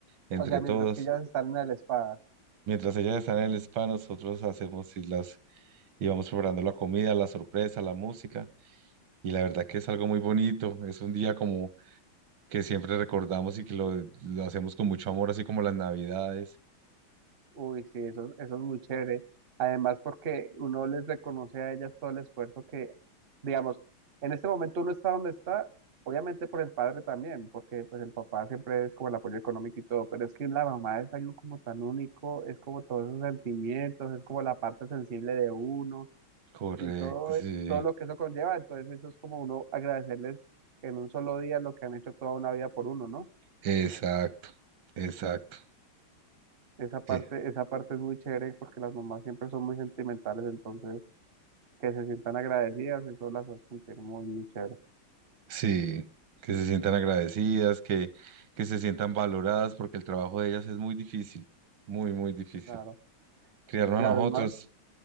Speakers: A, on the right; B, on the right.
A: entre
B: O sea,
A: todos.
B: mientras que ellas están en la espada.
A: Mientras ellas están en el spa, nosotros hacemos y las y vamos preparando la comida, la sorpresa, la música. Y la verdad que es algo muy bonito. Es un día como que siempre recordamos y que lo, lo hacemos con mucho amor, así como las Navidades.
B: Uy, sí, eso, eso es muy chévere. Además, porque uno les reconoce a ellas todo el esfuerzo que, digamos, en este momento uno está donde está, obviamente por el padre también, porque pues el papá siempre es como el apoyo económico y todo, pero es que la mamá es algo como tan único, es como todos esos sentimientos, es como la parte sensible de uno.
A: Correcto,
B: y todo,
A: sí.
B: todo lo que eso conlleva. Entonces eso es como uno agradecerles en un solo día lo que han hecho toda una vida por uno, ¿no?
A: Exacto, exacto.
B: Esa parte,
A: Eh,
B: esa parte es muy chévere porque las mamás siempre son muy sentimentales, entonces que se sientan agradecidas, eso las hace sentir muy, muy chévere.
A: sí, que se sientan agradecidas, que, que se sientan valoradas, porque el trabajo de ellas es muy difícil, muy, muy difícil.
B: Claro,
A: Criarnos
B: claro,
A: a nosotros,
B: y más,